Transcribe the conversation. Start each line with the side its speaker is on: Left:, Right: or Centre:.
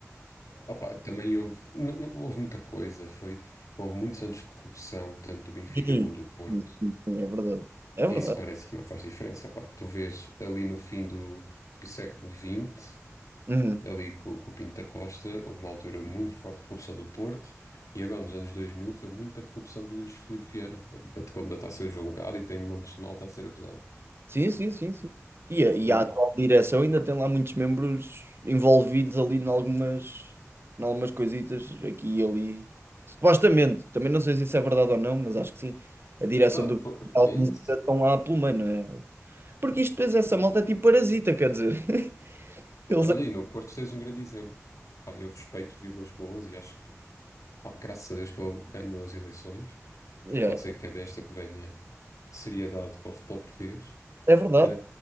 Left: Opa, também houve, não- não- houve muita coisa. Foi, houve muitos anos de corrupção, tanto do Benfica
Right: Sim,
Left: como do Porto.
Right: sim, sim, é verdade. É verdade.
Left: Isso parece que não faz diferença. Pá. Tu vês ali no fim do, do século vinte
Right: Uhum.
Left: ali com, com o Pinto da Costa, houve uma altura muito forte de corrupção do Porto, e agora nos anos 2000 foi muita corrupção do Luís Filipe Vieira. Portanto, que ele ainda está a ser julgado e tem montes de malta a ser acusado.
Right: Sim, sim, sim, sim. E a, e
Left: E
Right: a atual direção ainda tem lá muitos membros envolvidos ali em algumas, em algumas coisitas aqui e ali. Supostamente, também não sei se isso é verdade ou não, mas acho que sim. A direção
Left: pá,
Right: do
Left: pô,
Right: alguns
Left: é isso.
Right: ainda estão lá pelo meio, não é? Porque isto depois essa malta é tipo parasita, quer dizer. <laughs> Eles
Left: Olha, e no Porto tens um grande exemplo. Pá, eu respeito Vilas Boas e acho que, pá, graças a Deus que ele ganhou as eleições,
Right: é,
Left: porque
Right: yeah,
Left: pode ser que é desta que venha seriedade para o futebol português.
Right: é verdade.
Left: Ah,